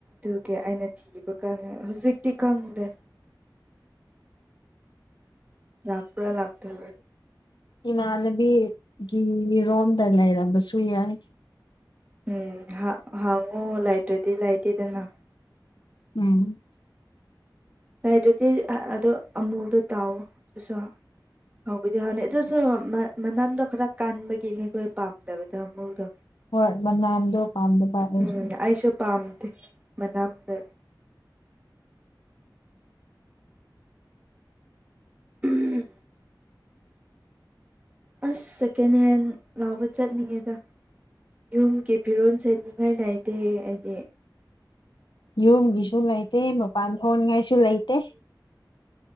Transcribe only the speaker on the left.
ꯏꯃꯥꯟꯅꯕꯤꯒꯤ ꯔꯣꯝꯗ ꯂꯩꯔꯝꯕꯁꯨ ꯌꯥꯏ
ꯎꯝ
ꯍꯣꯏ ꯃꯅꯥꯝꯗꯣ ꯄꯥꯝꯗ ꯄꯥꯂꯁꯨ
ꯌꯨꯝꯒꯤꯁꯨ ꯂꯩꯇꯦ ꯃꯄꯥꯟ ꯊꯣꯛꯣꯡꯅꯤꯡꯉꯥꯏꯁꯨ ꯂꯩꯇꯦ